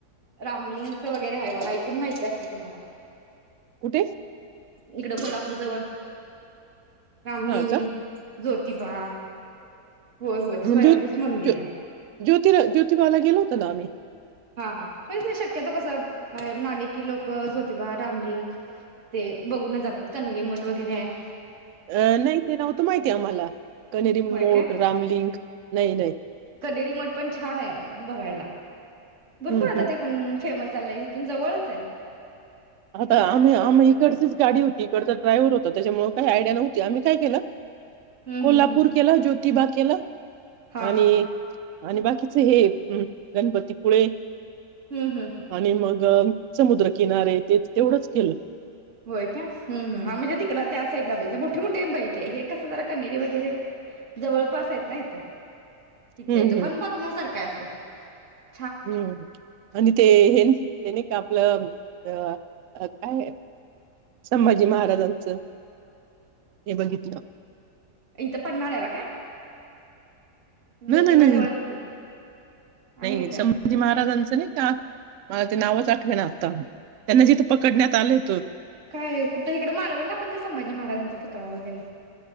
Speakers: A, on the right; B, on the right.
A: रामलिंगचं वगैरे आहे बा ऐकून माहिती असल तुम्हाला
B: कुठे
A: इकडं कोल्हापूर जवळ रामलिंग
B: हां का?
A: ज्योतिबा होय होय स्वयंभूच
B: ज
A: मंदिर
B: ज्योतिरा
A: आहे
B: ज्योतिबाला गेलो होत ना आम्ही
A: हा हा म्हण ते शक्यतो कस बाहेरून आले की लोक ज्योतिबा रामलिंग ते बघूनच जातात कण्हेरी मठ वगैरे आहे
B: अं नाही ते नव्हत माहिती आम्हाला कण्हेरी मोठ,
A: होय काय
B: रामलिंग. नाही, नाही.
A: कनेरी मठ पण छान आहे <unintelligible> बघायला भरपूर
B: हं,
A: आता
B: हं.
A: ते पण... फेमस झालंय हिथून जवळच आहे एक
B: आता
A: सात
B: आम्ही
A: आठ किलोमीटरच
B: आम्ही इकडचीच
A: आहे
B: गाडी होती इकडचा ड्रायव्हर होता त्याच्यामुळे काही आयडिया नव्हती आम्ही काय केलं
A: हम्म
B: कोल्हापूर
A: हम्म हम्म
B: केला ज्योती तिबाबा केलं
A: हा
B: आणि
A: हा
B: आणि बाकीचे हे गणपतीपुळे
A: हम्म हम्म
B: आणि मग समुद्रकिनारे तेच तेवढंच केलं
A: होय काय? हम हा म्हणजे तिकड त्या साईड ला बघितले मोठे मोठे बघितले आहे ते हे कसं कन्हेरी वगैरे जवळपास आहेत ना इथे इथल्या
B: हं,
A: इथं पण बघण्यासारखं आहे अस तर
B: हम्म आणि ते हे हेने का आपलं अ काय संभाजी महाराजांचं हे बघितलं
A: इथं पन्हाळ्याला काय? ज्योतिबा
B: नाही नाही
A: जवळच
B: नाही
A: की आणि
B: नाही
A: कुठं
B: संभाजी
A: आहे मग
B: महाराजांचं नाही का मला ते नावच आठवे ना आता त्यांना जिथे पकडण्यात आले होत
A: काय कुठं इकड मालवणला पण ते संभाजी महाराजांचा पुतळा वगैरे